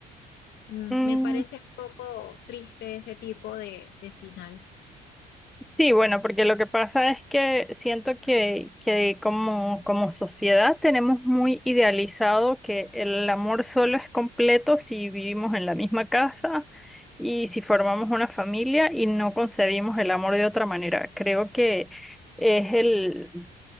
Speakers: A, on the left; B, in the centre.
A: Mm,
B: Mm,
A: Me parece un poco triste ese tipo de, de final.
B: Sí, bueno, porque lo que pasa es que siento que, que como, como sociedad tenemos muy idealizado que el amor solo es completo si vivimos en la misma casa y si formamos una familia y no concebimos el amor de otra manera. Creo que es el,